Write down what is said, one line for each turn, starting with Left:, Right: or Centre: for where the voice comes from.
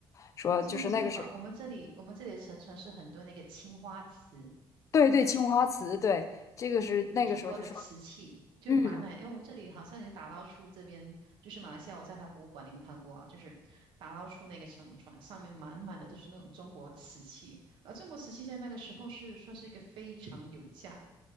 Left: 说就是那个是，
Right: 金银珠宝，我们这里我们这里的沉船是很多那个青花瓷。
Left: 对对，青花瓷，对，这个是那个时候就说，
Right: 嗯中国的瓷器就满满，
Left: 嗯。
Right: 因为我这里好像有打捞出这边，就是马来西亚，我在他博物馆里面看过啊，就是打捞出那个沉船，上面满满的都是那种中国瓷器，而中国瓷器在那个时候是算是一个非常有价